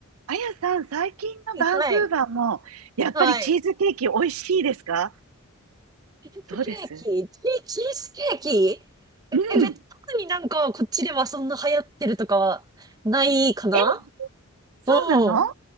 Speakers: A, on the right (about 80°); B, on the right (about 15°).
A: あやさん、最近のバンクーバーも、
B: い、はい、
A: やっぱりチーズケーキ美味しいですか
B: はい。チーズケーキ、
A: どうです
B: チー、チーズケーキ
A: うん。
B: え、別、特になんかこっちではそんな流行ってるとかはないかな
A: え、そうなの
B: うん。